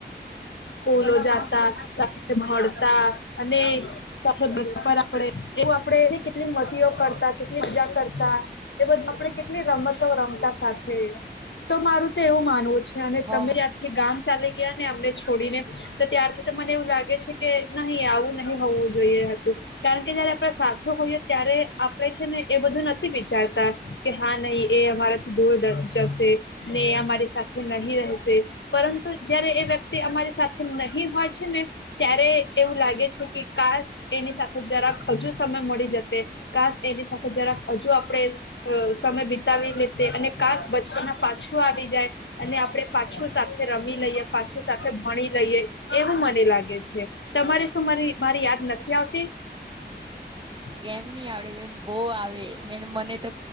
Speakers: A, on the left; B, on the right.
A: સ્કૂલો જાતા, સાથે મળતા
B: હા
A: અને તો આપે <inaudible> આપડે એવું આપડે કેટલી મસતીઓ કરતાં કેટલી મજા કરતાં એ બધું આપણે કેટલી રમતો રમતા સાથે તો મારું તો એવું માનવું છે અને
B: હા
A: તમે અયાથી ગામ ચાલી ગયા ને અમને છોડી છોડીને તો ત્યારથી તો મને એવું લાગે છે કે નહીં આવું નહીં હોવું જોઈએ હતું કારણ કે આપણે સાથે હોઈએ ત્યારે આપણે છે ને એ બધું નથી વિચારતા કે હા નહીં એ અમારા દૂર દ જશે ને અમારી સાથે નહીં રહેશે પરંતુ જયારે એ વ્યક તિ અમારી સાથે નહીં હોય છે ને ત્યારે એવું લાગે છે કે કાસ એની સાથે જરા ક હજુ સમય મળી જશે કાસ એની સાથે જરાક હજુ આપણે અ સમય વિતાવી લે તે અને કાસ બચપના પાછું આવી જાય અને આપણે પાછું સાથે રમી લઈએ પાછું સાથે ભણી લઈએ એવું મને લાગે છે તમારે શું મારે મારી યાદ નથી આવતી? હ
B: કેમ નહીં આવે? બોવ આવે મેં મને તો